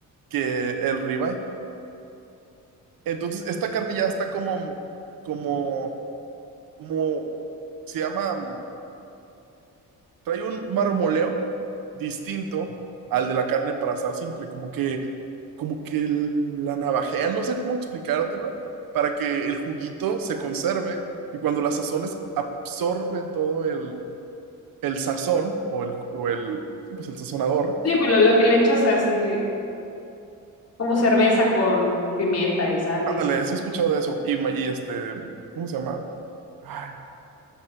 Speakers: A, on the right; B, on the left.
A: que el ribeye. Entonces, esta carne ya está como como mo- se llama, mm, trae un marmoleo distinto al de la carne para asar simple, como que, como que el- la navajean, no sé cómo explicártelo, para que el juguito se conserve y cuando la sazones absorbe todo el, el sazón o el, o el, sí, pues el sazonador.
B: Sí, pero lo que le echas así de, como cerveza con pimienta y sal
A: Ándale,
B: y eso, ¿no?
A: sí he escuchado de eso. Y, ma- y este, ¿cómo se llama? Ay,